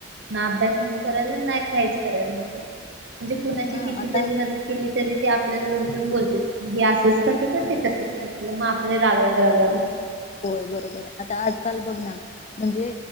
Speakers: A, on the right; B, on the left.
A: ना अभ्यास नको करायला ना काहीच करायला नको म्हणजे कुणाची
B: हा
A: किती
B: आता
A: जरी मदत केली तरी ते आपल्याला उलटून बोलते बसच काक का ते तच का केलं मग आपले राग राग राग राग
B: होय बरोबर आहे आता आज बघ म्हणजे